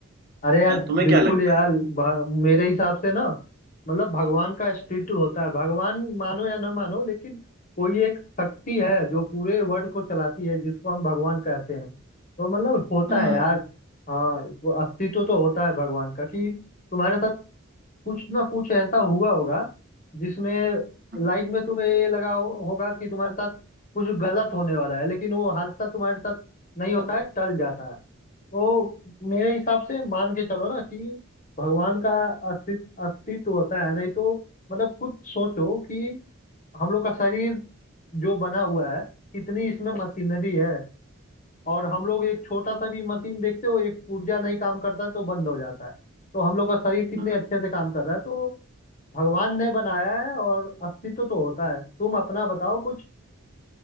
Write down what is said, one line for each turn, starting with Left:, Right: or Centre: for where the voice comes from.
Right: यार
Left: अरे यार
Right: तुम्हें
Left: बिल्कुल
Right: क्या लगता
Left: यार
Right: है
Left: भ- मेरे हिसाब से ना मतलब भगवान का स्टेचू होता है भगवान मानो या ना मानो लेकिन कोई एक शक्ति है जो पूरे वर्ल्ड को चलाती है जिसको हम भगवान कहते हैं तो मतलब होता
Right: हम्म
Left: है यार हाँ वो अस्तित्व तो होता है भगवान का कि तुम्हारे साथ कुछ ना कुछ ऐसा हुआ होगा जिसमें
Right: हम्म,
Left: लाइफ में तुम्हें ये लगा हो- होगा कि तुम्हारे साथ कुछ गलत होने वाला है लेकिन वो हादसा तुम्हारे साथ नहीं होता है टल जाता है तो मेरे हिसाब से मान के चलो ना कि भगवान का अस्तित्व अस्तित्व होता है नहीं तो मतलब खुद सोचो कि हम लोग का शरीर जो बना हुआ है कितनी इसमें मशीनरी है और हम लोग एक छोटा सा भी मशीन देखते हो एक पुर्जा नहीं काम करता है तो बंद हो जाता है तो हम लोग का शरीर कितने
Right: हम्म।
Left: अच्छे से काम कर रहा है तो भगवान ने बनाया है और अस्तित्व तो होता है तुम अपना बताओ कुछ